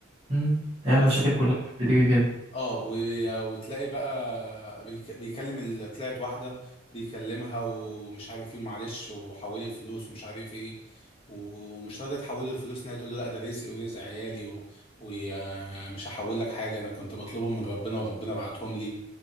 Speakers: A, on the right; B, on the left.
A: امم هي
B: بس
A: المشاكل كلها كانت بتيجي كده
B: اه و- وتلاقي بقى بيك- بيكلم ال- طلعت واحدة بيكلمها ومش عارف ايه معلش وحولي الفلوس ومش عارف ايه ومش راضية تحول له الفلوس ان هي تقول له لا ده رزقي ورزق عيالي ومش هحول لك حاجة انا كنت بطلبهم من ربنا وربنا بعتهم لي